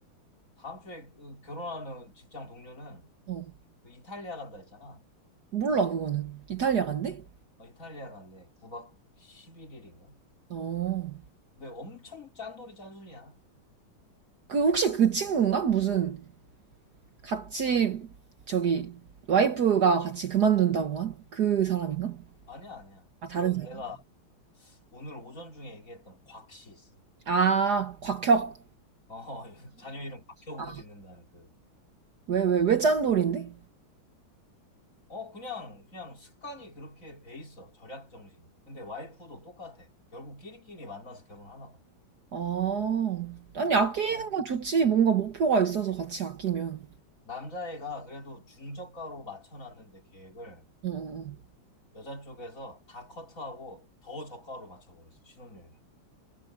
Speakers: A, on the left; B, on the right.
A: 다음 주에 그 결혼하는 직장 동료는
B: 어,
A: 그 이탈리아 간다 했잖아.
B: 몰라, 그거는. 이탈리아 간대?
A: 어, 이탈리아 간대. 9박 11일인가?
B: 어.
A: 근데 엄청 짠돌이 짠순이야.
B: 그 혹시 그 친구인가? 무슨 같이, 저기, 와이프가 같이 그만둔다고 한? 그 사람인가?
A: 아니야, 아니야.
B: 아,
A: 그
B: 다른 사람?
A: 내가 오늘 오전 중에 얘기했던 곽씨 있어.
B: 아, 곽혁.
A: 어, <laughs> 자녀 이름 곽혁으로
B: 아,
A: 짓는다는 그.
B: 왜, 왜, 왜 짠돌인데?
A: 어, 그냥, 그냥 습관이 그렇게 배 있어. 절약 정신. 근데 와이프도 똑같아. 결국 끼리끼리 만나서 결혼하나 봐.
B: 아, 아니, 아끼는
A: 그러니까
B: 건 좋지. 뭔가 목표가 있어서 같이 아끼면.
A: 남자애가 그래도 중저가로 맞춰놨는데 계획을
B: 응, 응. 응.
A: 여자 쪽에서 다 커트하고 더 저가로 맞춰버렸어, 신혼여행을.